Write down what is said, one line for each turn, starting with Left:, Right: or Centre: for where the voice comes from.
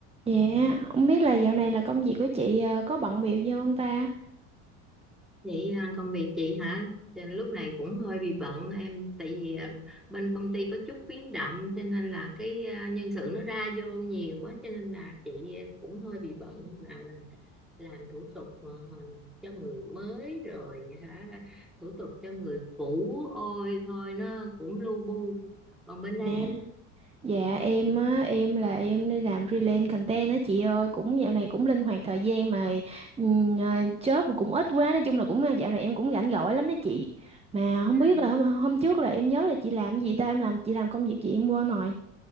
Right: Dạ, không biết là dạo này là công việc của chị ờ, có bận bịu gì không ta?
Centre: Vậy à, công việc chị hả? Cho nên Lúc này cũng hơi bị bận em tại vì à, bên công ty có chút biến động cho nên là cái à, nhân sự nó ra vô nhiều quá cho nên là chị cũng hơi bị bận nào là làm thủ tục mà hồi- cho người mới rồi hả thủ tục cho người cũ ôi thôi nó cũng lu bu còn bên em
Right: À, dạ em á, em là em đi làm freelance content á chị ơi, cũng dạo này cũng linh hoạt thời gian mà ừm, ờ, job thì cũng ít quá, nói chung là cũng ờ, dạo này em cũng rảnh rỗi lắm đó chị. Mà không
Centre: à,
Right: biết là hôm, hôm trước là em nhớ là chị làm cái gì ta, em làm chị làm công việc gì em quên rồi.